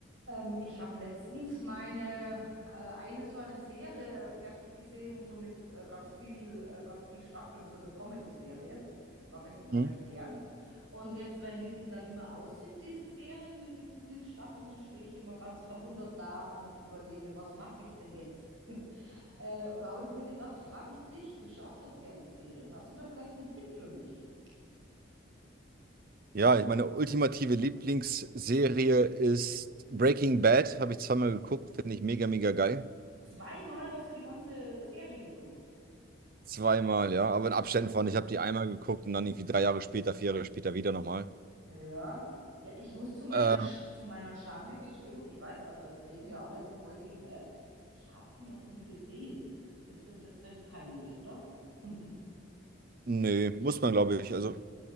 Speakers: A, on the right; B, on the right.
A: Ähm, ich habe letztens meine äh, eine so eine Serie fertig gesehen, so mit äh, ganz viel, äh, ganz viel Staffeln, so eine Comedy-Serie. Mag ich immer
B: Hm?
A: recht gern. Und jetzt, wenn die, die dann immer aus sind, diese Serien mit diesen vielen Staffeln, dann stehe ich immer ganz verwundert da und überlege, was mache ich denn jetzt? <laughs> äh, und da habe ich mir gedacht, frage ich dich, du schaust doch gerne Serien. Hast du da vielleicht einen Tipp für mich?
B: Ja, ich meine ultimative Lieblingsserie ist Breaking Bad. Habe ich zweimal geguckt, finde ich mega, mega geil.
A: Zweimal hast du die ganze Serie geguckt.
B: Zweimal, ja, aber in Abständen von. Ich habe die einmal geguckt und dann irgendwie drei Jahre später, vier Jahre später wieder nochmal.
A: Ja. Ja, ich muss zu meiner,
B: Äh,
A: Sch zu meiner Schande gestehen, ich weiß, also es reden ja alle von Breaking Bad, ich habe die noch nie gesehen. Ist das jetzt recht peinlich, oder? <laughs>
B: nö, muss man, glaube ich. Also,